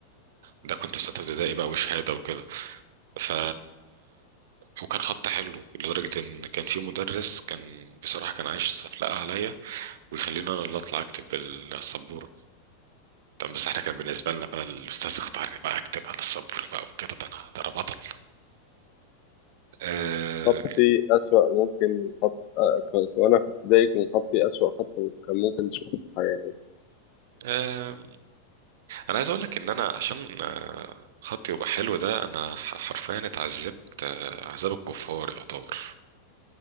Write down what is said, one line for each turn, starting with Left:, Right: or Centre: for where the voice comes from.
Right: ده كنت في ستة ابتدائي بقى وشهادة وكده ف وكان خط حلو لدرجة إن كان في مدرس كان بصراحة كان عايش سفلقة عليا ويخليني أنا اللي أطلع أكتب بالسبورة طب بس احنا كان بالنسبة لنا بقى الأستاذ اختارني بقى أكتب على السبورة بقى وكده ده أنا ده أنا بطل آه
Left: خطي أسوأ ممكن خط آه، ك- وأنا في ابتدائي كان خطي أسوأ خط كان ممكن تشوفه في حياتك
Right: آه أنا عايز أقول لك إن أنا عشان آه، خطي يبقى حلو ده أنا ح- حرفيا اتعذبت آه، عذاب الكفار يعتبر